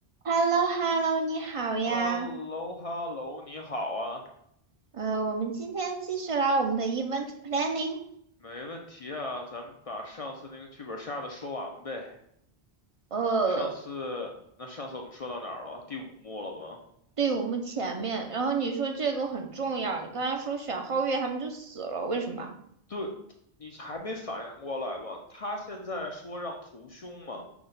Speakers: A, on the right (about 45°); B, on the left (about 50°).
A: h e l l o h e l l o 你好呀。
B: h e l l o h e l l o 你好啊，
A: 呃，我们今天继续来我们的 event planning
B: 没问题啊，咱们把上次那个剧本杀的说完呗。
A: 呃
B: 上次，那上次我们说到哪儿了？第五幕了吧？
A: 队伍目前面。然后你说这个很重要，你刚才说选皓月他们就死了，为什么？
B: 对，你还没反应过来吧？他现在说让投凶嘛，